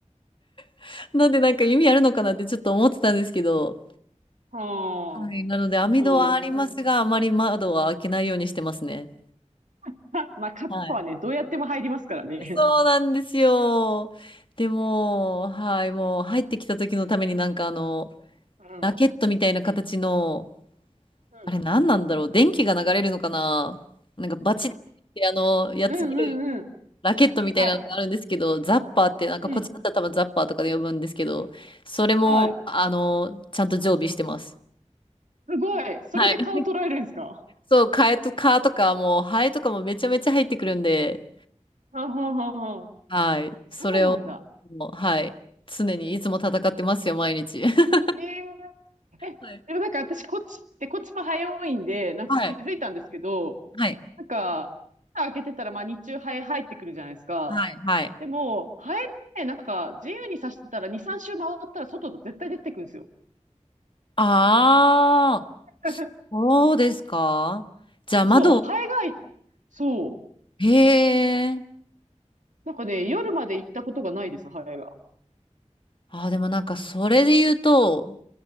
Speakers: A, on the left; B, on the right.
A: <laughs> なんでなんか意味あるのかなってちょっと思ってたんですけど。
B: はあ。
A: はい、なので網戸はありますが、
B: そう、ほう。
A: あまり窓は開けないようにしてますね。
B: <laughs> はまあ、カップはね、
A: はい。
B: どうやっても入りますからね。
A: そうなんですよ。でも、はい、もう入ってきた時のためになんかあの、
B: <laughs> うん。
A: ラケットみたいな形の、
B: うん。
A: あれ何なんだろう、電気が流れるのかななんかバチってあの、やつ切る
B: うんうんうん。
A: ラケットみたいなのがあるんですけど、
B: はい。
A: ザッパーって、なんかこっちだったら多分ザッパーとかで呼ぶんですけど、
B: うん。
A: それも、
B: はい。
A: あの、ちゃんと常備してます。
B: すごい。それで顔捉えるんですか
A: はい。そう、カエと、カとかもう、ハエとかもめちゃめちゃ入ってくるんで、
B: <laughs> はんはんはんはん
A: はい。
B: そうなんだ。
A: それを、もう、はい。常にいつも戦ってますよ、毎日。<laughs>
B: へえ。え、
A: はい。
B: でもなんか私、こっちって、こっちも早いんで、なんか気づいたんですけど、
A: はい。はい。
B: なんか、蓋開けてたら、まあ日中ハエ入ってくるじゃないですか。
A: はい。はい
B: でも、ハエってなんか自由に刺してたら2、3周回ったら外と絶対出てくるんですよ。
A: ああ、
B: <laughs>
A: そうですか。じゃあ窓、
B: そう、ハエが、そう。
A: へえ。
B: なんかね、夜まで行ったことがないです、ハエが。
A: ああ、でもなんかそれで言うと、